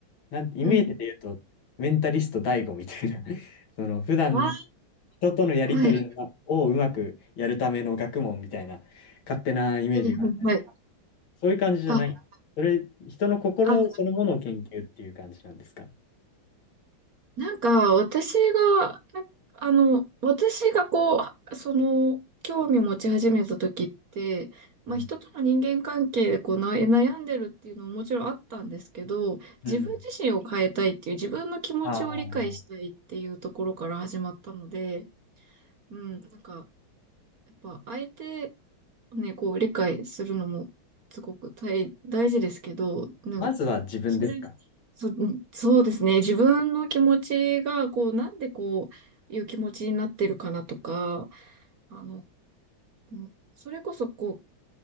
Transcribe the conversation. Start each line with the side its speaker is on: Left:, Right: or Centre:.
Left: なんイメージで言うと、
Right: うん。
Left: メンタリスト d a みたいな、<laughs> その、普段、
Right: ああ、
Left: 人とのやりとりをうまくやるための学問みたいな、
Right: はい。
Left: 勝手なイメージがあるんですけど、
Right: はいはい。
Left: そういう感じじゃない。
Right: あ、
Left: それ、人の心そのものを研究っていう感じなんですか
Right: あ、なんか、私が、なんかあの、私がこう、その、興味持ち始めた時って、まあ、
Left: うん。
Right: 人との人間関係でこうな悩んでるっていうのももちろんあったんですけど、
Left: うん。
Right: 自分自身を変えたいっていう、自分の気持ちを理解したいっていうところから始まったので、
Left: ああ、
Right: うん、なんか、やっぱ相手をね、こう理解するのもすごく大、大事ですけど、でも
Left: まずは自分ですか
Right: それ、そ、そうですね、自分の気持ちが、こう、なんでこういう気持ちになってるかなとか、あの、うんそれこそこう、